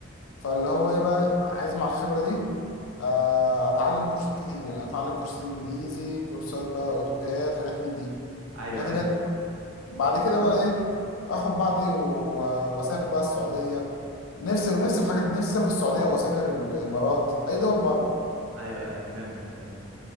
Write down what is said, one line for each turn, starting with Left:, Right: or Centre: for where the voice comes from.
Left: فاللي هو ايه بقى عايز مع الخبرة دي آه، اتعلم كورسات كتير يعني اتعلم كورسات انجليزي كورسات بقى اوتوكاد حاجات من دي
Right: ايوه
Left: حاجات اللي
Right: ايوه
Left: هي بعد كده بقى ايه اخد بعضي و- واسافر بقى السعودية نفسي نفسي في حاجات نفسي اسافر السعودية واسافر الامارات اي دول بره
Right: ايوه ايوه فهمتك فهمت